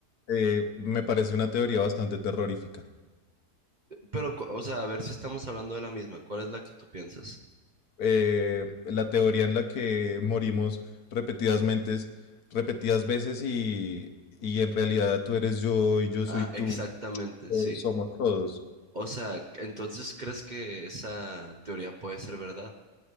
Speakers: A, on the left; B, on the right.
A: eh, me parece una teoría bastante terrorífica.
B: pero, cu- o sea, a ver si estamos hablando de la misma. ¿Cuál es la que tú piensas?
A: Eh, la teoría en la que morimos repetidas mentes, repetidas veces y, y en realidad tú eres yo y yo soy
B: Ah,
A: tú,
B: exactamente,
A: todos
B: sí.
A: somos todos.
B: O sea, entonces, ¿crees que esa teoría puede ser verdad?